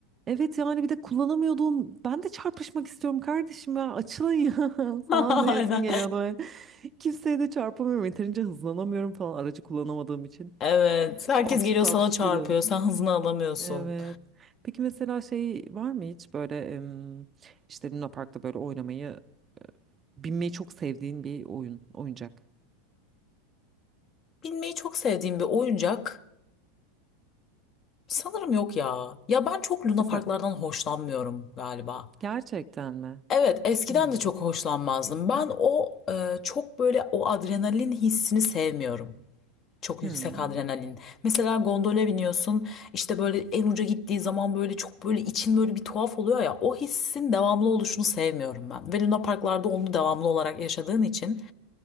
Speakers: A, on the right; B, on the left.
A: Evet yani bir de kullanamıyordum. Ben de çarpışmak istiyorum kardeşim ya. Açılın ya <laughs> falan
B: <laughs>
A: diyesim
B: Aynen.
A: geliyordu. böyle. Kimseye de çarpamıyorum. Yeterince hızlanamıyorum falan aracı kullanamadığım için.
B: Evet. Herkes
A: Absürt
B: geliyor
A: absürt
B: sana çarpıyor.
A: gidiyordum.
B: Sen hızını alamıyorsun.
A: Evet. Peki mesela şey var mı hiç böyle em, işte Luna Park'ta böyle oynamayı binmeyi çok sevdiğin bir oyun, oyuncak.
B: Binmeyi çok sevdiğim bir oyuncak sanırım yok ya. Ya ben çok lunaparklardan
A: Mesela
B: hoşlanmıyorum galiba.
A: gerçekten mi?
B: Evet, eskiden
A: Hmm.
B: de çok hoşlanmazdım. Ben o e, çok böyle o adrenalin hissini sevmiyorum. Çok
A: Hmm.
B: yüksek adrenalin. Mesela gondola biniyorsun, işte böyle en uca gittiği zaman böyle çok böyle için böyle bir tuhaf oluyor ya. O hissin devamlı oluşunu sevmiyorum ben. Ve Luna Parklarda onu devamlı olarak yaşadığın için